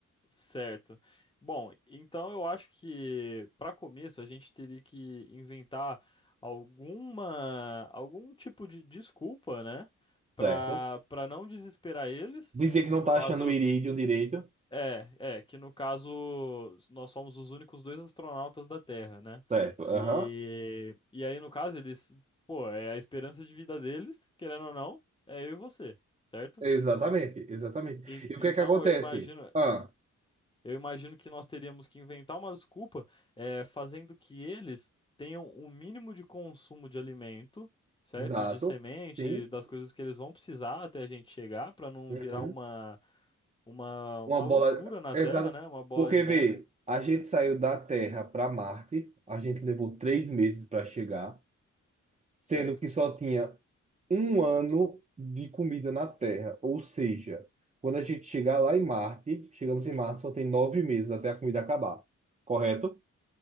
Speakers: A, on the left; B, on the right.
A: Certo. Bom, então eu acho que para começo a gente teria que inventar alguma algum tipo de desculpa, né, para
B: Certo.
A: para não desesperar eles,
B: Dizer que não
A: que no
B: tá
A: caso
B: achando o irídio direito.
A: é, é, que no caso nós somos os únicos dois astronautas da Terra, né?
B: Certo. Aham.
A: E e aí no caso eles, pô, é a esperança de vida deles, querendo ou não, é eu e você, certo?
B: Exatamente, exatamente.
A: En-
B: E o
A: Então
B: que é que acontece?
A: eu imagino,
B: Ah,
A: Eu imagino que nós teríamos que inventar uma desculpa, eh, fazendo que eles tenham o mínimo de consumo de alimento, certo?
B: exato.
A: De semente,
B: Sim.
A: das coisas que eles vão precisar até a gente chegar, para não
B: Uhum.
A: virar uma, uma,
B: Uma
A: uma
B: bola.
A: loucura na
B: Exata.
A: Terra, né? Uma bola
B: Porque,
A: de
B: vê,
A: neve,
B: a gente saiu da Terra para Marte, a gente levou três meses para chegar, sendo
A: certo?
B: que só tinha um ano de comida na Terra. Ou seja, quando a gente chegar lá em Marte, chegamos em Marte, só tem nove meses até a comida acabar, correto?